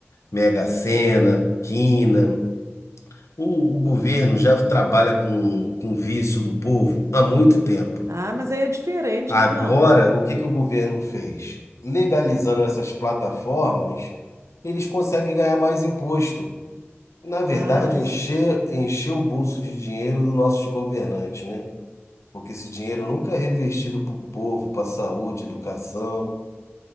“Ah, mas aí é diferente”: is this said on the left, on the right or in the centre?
Right